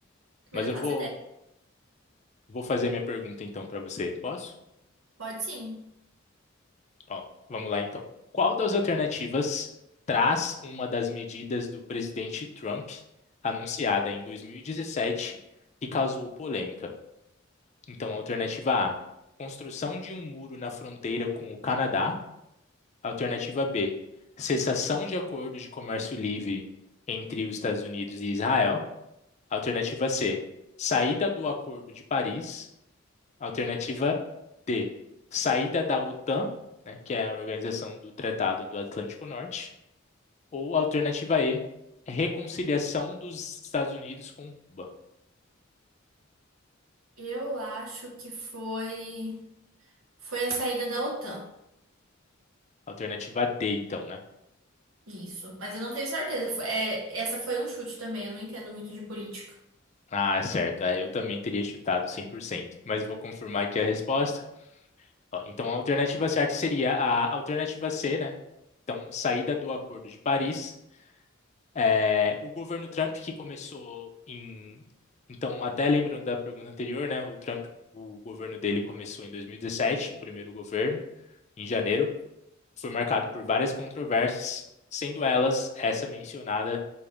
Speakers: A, on the right; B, on the left.
A: Também
B: Mas
A: não
B: eu
A: faço
B: vou,
A: ideia.
B: vou fazer minha pergunta então para você. Posso?
A: Pode sim.
B: Ó, vamos lá então. Qual das alternativas traz uma das medidas do presidente Trump anunciada em 2017 que causou polêmica? Então, alternativa A, construção de um muro na fronteira com o Canadá. Alternativa B, cessação de acordo de comércio livre entre os Estados Unidos e Israel. Alternativa C, saída do Acordo de Paris. Alternativa D, saída da OTAN, né, que é a Organização do Tratado do Atlântico Norte. Ou alternativa E, reconciliação dos Estados Unidos com Cuba.
A: Eu acho que foi foi a saída da OTAN.
B: Alternativa D, então, né?
A: Isso, mas eu não tenho certeza. Foi- é, essa foi um chute também, eu não entendo muito de política.
B: Ah, certo. É, eu também teria chutado cem por cento. mas vou confirmar aqui a resposta. Ó, então, a alternativa certa seria a alternativa C, né? Então, saída do Acordo de Paris É, o governo Trump que começou em, então até lembrando da pergunta anterior, né? O Trump, o governo dele começou em 2017, o primeiro governo, em janeiro, foi marcado por várias controvérsias, sendo elas essa mencionada,